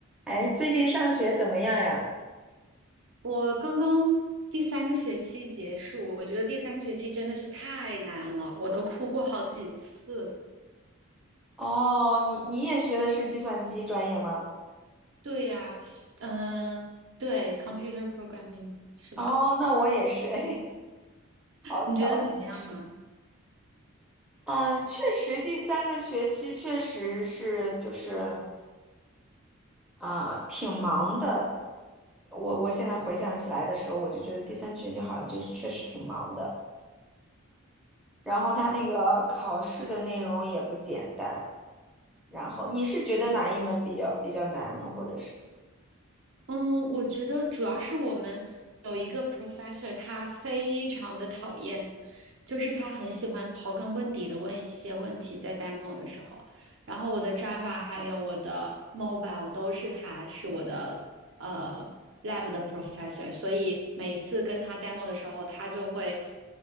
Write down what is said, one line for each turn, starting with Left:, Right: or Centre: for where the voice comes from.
Centre: 哎，最近上学怎么样呀？
Right: 我刚刚第三个学期结束，我觉得第三个学期真的是太难了，我都哭过好几次。
Centre: 哦，你你也学的是计算机专业吗？
Right: 对呀，嗯、呃对，computer programming 是吧？
Centre: 哦，那我也是，<laughs> 哎，好巧。
Right: 你觉得怎么样啊？
Centre: 嗯，确实，第三个学期确实是就是啊、挺忙的。我我现在回想起来的时候，我就觉得第三学期好像就是确实挺忙的。然后他那个考试的内容也不简单。然后你是觉得哪一门比较比较难呢？或者是？
Right: 嗯，我觉得主要是我们有一个 professor，他非常的讨厌，就是他很喜欢刨根问底的问一些问题，在 demo 的时候，然后我的 Java 还有我的 mobile 都是他是我的呃 lab 的 professor，所以每一次跟他 demo 的时候，他就会